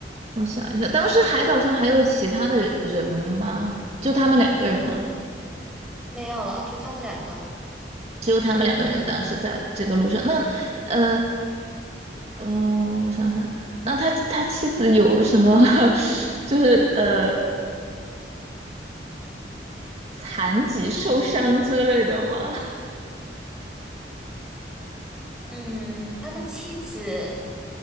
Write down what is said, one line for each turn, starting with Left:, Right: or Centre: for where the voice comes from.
Right: 我想一下，当时海岛上还有其他的人吗？就他们两个人吗？
Centre: 没有了，就他们两个。
Right: 只有他们两个人当时在这个路上。那，呃，呃，我想想，那他他妻子有什么，<laughs> 就是呃，残疾受伤之类的吗？
Centre: 嗯，他的妻子